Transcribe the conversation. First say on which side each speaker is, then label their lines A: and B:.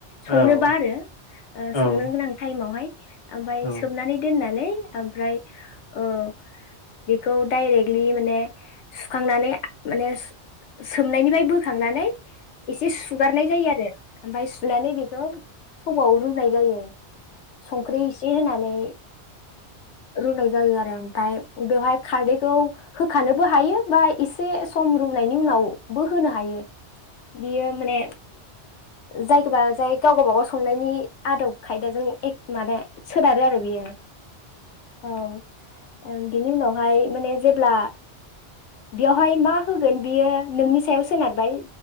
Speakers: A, on the left; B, on the left.
A: संनोबा
B: औ
A: आरो ओ
B: औ
A: संनो
B: औ
A: गोनां टाइमावहाय ओमफाय
B: थारैनो
A: सोबनानै दोन होननानै ओमफ्राय ओ बेखौ डाइरेक्टलि माने सुखांनानै माने सोमनायनिफाय बोखांनानै एसे सुगारनाय जायो आरो ओमफाय सुनानै बेखौ थौ वाव रुनाय जायो। संख्रि इसे होनानै रुनाय जायो आ ओमफाय बेवहाय खारदैखौ होखानोबो हायो बा एसे सम रुनायनि उनावबो होनो हायो। बियो माने जायगाबा जाय गावबा गाव संनायनि आदब खायदाजों एक माने सोनारो आरो बियो औ बिनि उनावहाय माने जेब्ला बेयावहाय मा होगोन बियो नोंनि सायाव सोनारबाय